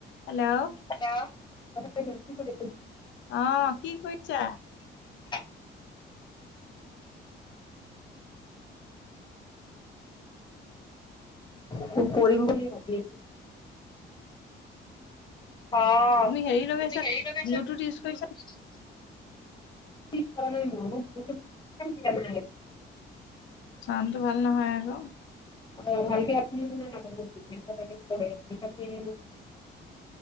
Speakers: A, on the left; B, on the left.
A: Hello
B: hello <unintelligible>
A: অহ কি কৰিছা
B: <unintelligible> উ খুব পঢ়িম বুলি ভাবি আছিল অ তুমি
A: হেৰি
B: হেৰি
A: লগাইছা ব্লুটুথ
B: লগাইছা
A: ইউজ কৰিছা
B: ব্লুতো ইউজ কৰিছা নেকি ন <unintelligible>
A: চাৱানটো ভাল নহয় আকৌ
B: অ ভালকে <unintelligible>